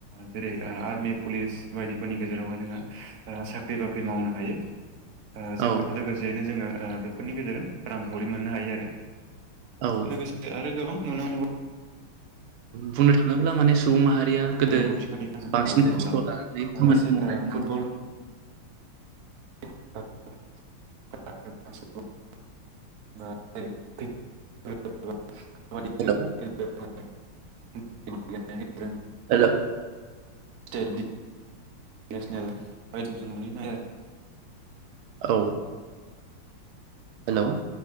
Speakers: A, on the right; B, on the right.
A: जेरै आर्मि पुलिस बायदिफोरनि गेजेरावहाय जोङो ओ साख्रि बाख्रि मावनो हायो। ओ जों
B: औ
A: लोगोसेयैनो जोङो बेफोरनि गेजेरजों रांखावरि मोननो हायो आरो।
B: औ
A: लोगोसे आरो गोबां नुनो
B: बुंनो थाङोब्ला माने सुबुं माहारि या गोदो
A: रोंगौथिखौ देखायनो
B: बांसिन
A: जेनेबा
B: खस्थ' लानानै खामानिखौ
A: सासे
B: मावनाय
A: ओ
B: नुनो
A: फुटबल
B: मोनो
A: <unintelligible> <unintelligible> <unintelligible>
B: हेलौ हेल'
A: <unintelligible>
B: औ हेलौ